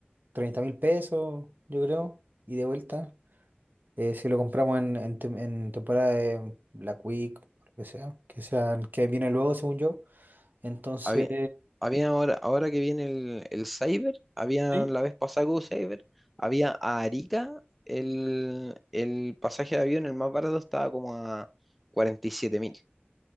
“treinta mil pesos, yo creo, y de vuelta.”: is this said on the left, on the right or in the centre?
Right